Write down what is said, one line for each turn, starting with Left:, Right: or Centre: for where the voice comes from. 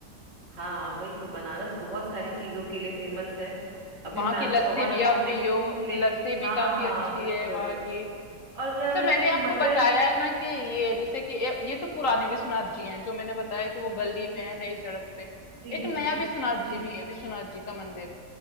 Right: हाँ वही तो बनारस बहुत सारी चीजों के लिए फेमस है अभी
Left: वहां
Right: मैं आपसे
Left: की लस्सी
Right: और इन्फॉर्मेशन
Left: भी आप पियो
Right: ले
Left: लस्सी
Right: हाँ
Left: भी काफी
Right: हाँ
Left: अच्छी
Right: बिल्कुल
Left: है वहां की
Right: और अ,
Left: अच्छा
Right: मैंने
Left: मैंने
Right: मटर
Left: आपको बताया ना कि ये जैसे कि ये ये तो पुराने विश्वनाथ जी हैं जो मैंने बताया कि वो गली
Right: जी
Left: में है नई सड़क पे
Right: जी
Left: एक
Right: जी
Left: नया विश्वनाथ
Right: जी
Left: जी भी है विश्वनाथ जी का मंदिर